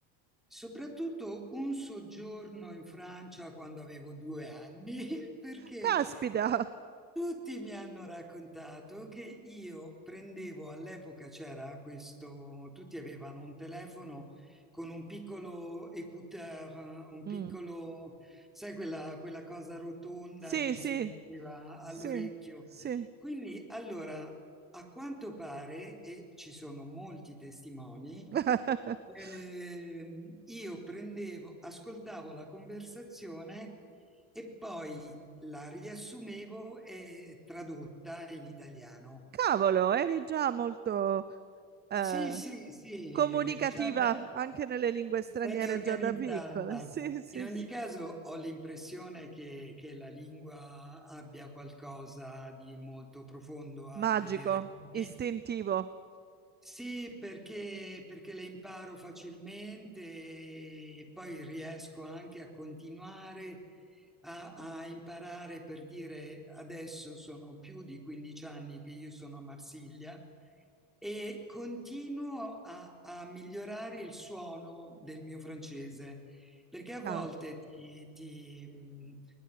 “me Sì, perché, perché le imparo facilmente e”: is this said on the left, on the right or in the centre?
Centre